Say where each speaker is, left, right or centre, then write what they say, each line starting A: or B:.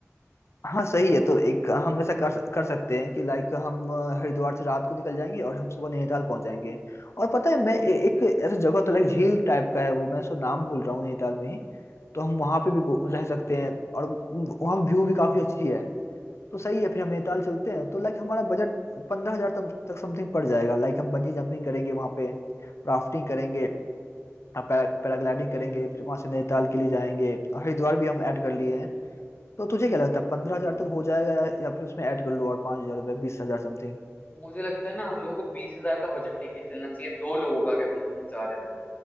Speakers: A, on the left; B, on the left.
A: हाँ सही है तो एक हम ऐसा कर कर सकते हैं कि लाइक हम अ, हरिद्वार से रात को निकल जाएंगे और हम सुबह नैनीताल पहुंच जाएंगे और पता है मैं ए, एक ऐसा जगह तो लाइक झील टाइप का है वो मैं उसका नाम भूल रहा हूँ नैनीताल में ही तो हम वहां पे भी घू-
B: हम्म
A: रह सकते हैं और वहाँ व्यू भी काफी अच्छी है तो सही है फिर हम नैनीताल चलते हैं तो लाइक हमारा बजट पंद्रह हजार तक समथिंग पड़ जाएगा लाइक हम बंजी जंपिंग करेंगे वहां पे राफ्टिंग करेंगे आप पैरा पैराग्लाइडिंग
B: हम्म
A: करेंगे
B: हम्म
A: फिर वहां से नैनीताल के लिए जाएंगे और हरिद्वार भी हम ऐड कर लिए हैं
B: हम्म
A: तो तुझे क्या लगता है पंद्रह
B: हम्म,
A: हजार
B: हम्म।
A: तक हो जाएगा या, या फिर उसमें ऐड कर लो और पाँच हजार रुपये बीस हजार समथिंग
B: मुझे लगता है ना हम लोगों को बीस हजार का बजट लेके चलना चाहिए दो लोगों का अगर हम दोनों जा रहे हैं तो